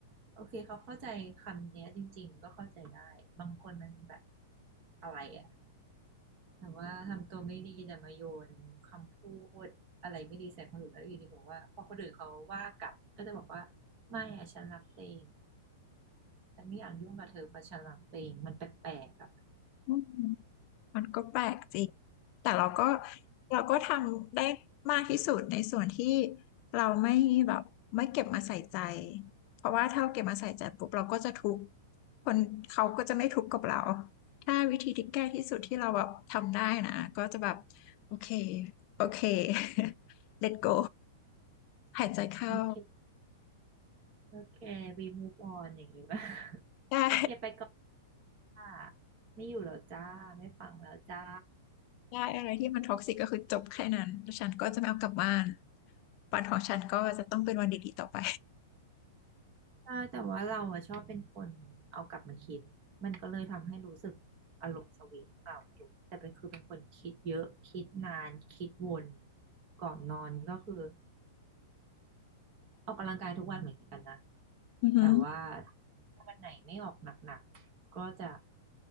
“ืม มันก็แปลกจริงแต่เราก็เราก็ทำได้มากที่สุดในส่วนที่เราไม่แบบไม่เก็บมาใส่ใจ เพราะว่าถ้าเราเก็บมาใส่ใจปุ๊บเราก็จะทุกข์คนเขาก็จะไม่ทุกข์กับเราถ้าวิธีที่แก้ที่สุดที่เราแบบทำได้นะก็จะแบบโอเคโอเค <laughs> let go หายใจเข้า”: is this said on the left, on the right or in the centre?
Left